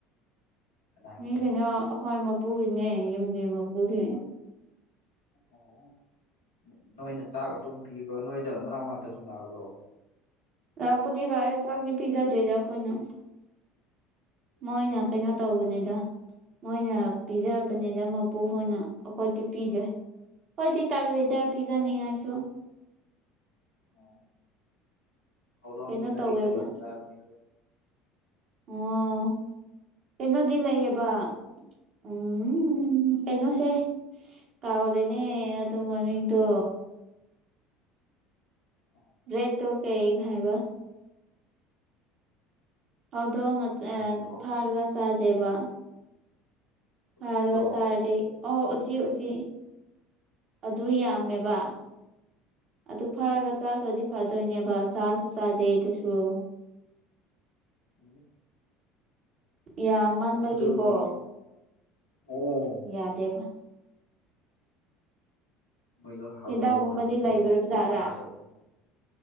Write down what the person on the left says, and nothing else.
ꯀꯅꯥꯒꯤꯅꯣ
ꯑꯣ ꯅꯣꯏꯅ ꯆꯥꯛ ꯑꯗꯨꯝ ꯄꯤꯕ꯭ꯔꯣ ꯅꯣꯏꯗ ꯃꯔꯛ ꯃꯔꯅꯥꯛꯇ ꯑꯗꯨꯝ ꯂꯥꯛꯑꯕ꯭ꯔꯣ
ꯑꯣ
ꯑꯣ ꯑꯣ
ꯑꯣ ꯑꯣ ꯑꯣ ꯍꯧꯗ
ꯉꯔꯤꯗ
ꯌꯥꯝ ꯆꯅꯤꯣ
ꯑꯣ
ꯈꯪꯗꯦꯕꯣ
ꯎꯆꯤꯔꯣ
ꯑꯣ
ꯑꯣ
ꯎꯝ <inaudible>
ꯑꯗꯨꯗꯤ ꯑꯣ
ꯃꯣꯏꯗꯣ ꯍꯥꯎꯗꯣꯛꯑ
ꯃꯥꯜꯂꯦꯗ
ꯑꯗꯨꯗꯤ
ꯆꯥꯗꯕꯗꯣ